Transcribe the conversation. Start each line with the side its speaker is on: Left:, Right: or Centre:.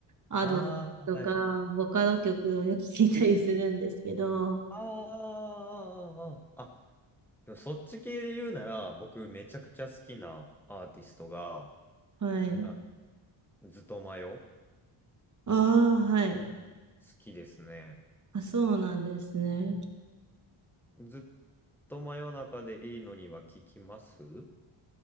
Right: Ado
Centre: ああ、
Right: とか、
Centre: はい。
Right: ボカロ曲をよく聞いたりするんですけど、
Centre: あーあー、あーあーあでもそっち系で言うなら、僕めちゃくちゃ好きなアーティストが、
Right: はい。
Centre: あ、ずっとマヨ、好
Right: ああ、はい。
Centre: きですね。
Right: あ、そうなんですね。
Centre: ずっと真夜中でいいのには聞きます